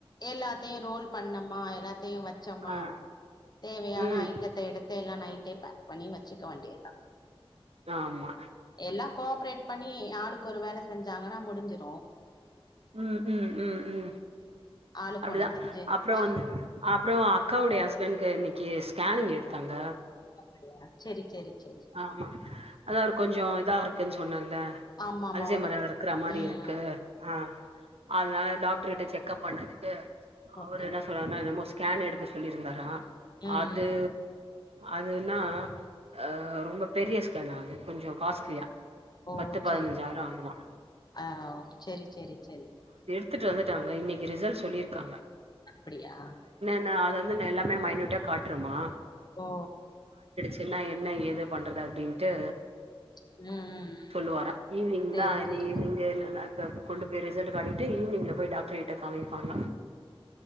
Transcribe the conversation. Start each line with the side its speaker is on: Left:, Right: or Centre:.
Left: எல்லாத்தையும் ரோல் பண்ணோமா எல்லாத்தையும் வச்சோமா
Right: ஆ
Left: தேவையான
Right: ம்
Left: ஐய்டத்த எடுத்து எல்லாம் நைட் டே பேக் பண்ணி வச்சுக்க வேண்டிய தான்
Right: ஆமா
Left: எல்லாம் கோஆப்ரேட் பண்ணி யாளுக்கு ஒரு வேலை செஞ்சாங்கன்னா முடிஞ்சிரும்
Right: ம் ம் ம் ம்
Left: ஆளுக்கு
Right: அப்டிதா
Left: ஒண்ணு செஞ்சு
Right: அப்பறோ
Left: ஆ
Right: வந்து அப்பறோ அக்காவுடைய ஹஸ்பண்ட்டு ஏ ஸ்கேனிங் எடுத்தாங்க
Left: அப்படியா செரி செரி செரி
Right: ஆமா அதா ஒரு கொஞ்சோ இதா இருக்கூ இருக்கு சொன்னாங்க தா
Left: ஆமா ஆமா
Right: அல்ஜமரா
Left: ஒடம்பு சரி
Right: இருக்கற மாரி
Left: ம்
Right: இருக்கு ஆஹ் அதனால டாக்டர் கிட்ட செக்ப் பண்ணறதுக்கு அவர்
Left: ஓகே
Right: என்ன சொல்றாருன்னா என்னமோ ஸ்கேன் எடுக்க சொல்லியிருந்தாரான்
Left: ம்
Right: அது
Left: ம்
Right: அதுனா அ ரொம்ப பெரிய ஸ்கேன அது கொஞ்சோ காஸ்ட்லியா
Left: ஓ
Right: பத்து பதினஞ்சாயிரோ
Left: செரி
Right: ஆகுமா
Left: ஆ செரி செரி செரி
Right: த்துட்டு வந்துட்டாங்க இன்னிக்கு ரிசல் சொல்லிர்க்காங்க
Left: அப்டியா
Right: ன அது வந்து நா எல்லாமே மைன்யூட்டா காட்ருமா
Left: ஓ
Right: என்னா என்ன ஏது பண்றது அப்டின்ட்டு
Left: ம் ம்
Right: சொல்லுவாரா ஈவினிங்
Left: செரி
Right: தா இன்னிக்கு
Left: செரி
Right: ஈவினிங்கு
Left: செரி
Right: இல்லன்னா தப் கொண்டு போய் ரிசல்ட் காட்டிட்டு ஈவினிங்ல போய் டாக்டர் கிட்ட காமிப்பாங்க